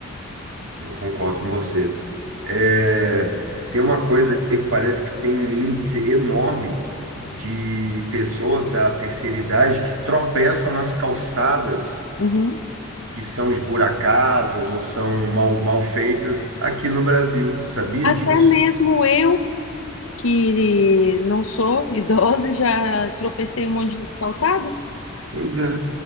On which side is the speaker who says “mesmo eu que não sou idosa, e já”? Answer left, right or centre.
Left